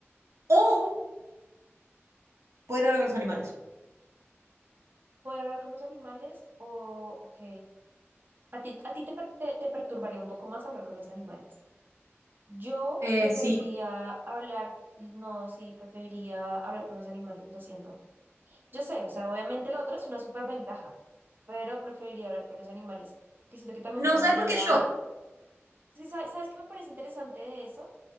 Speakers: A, on the right; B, on the right.
A: o poder hablar con los animales.
B: ¿Poder hablar con los animales o, ok, a ti, a ti te, per- te, te perturbaría un poco más hablar con los animales? Yo
A: Eh,
B: preferiría
A: sí.
B: hablar, no, sí, preferiría hablar con los animales, lo siento. Yo sé, o sea, obviamente lo otro es una superventaja, pero preferiría hablar con los animales, que siento que también
A: No,
B: podría...
A: ¿sabes por qué yo?
B: Sí, sa- ¿sabes qué me parece interesante de eso?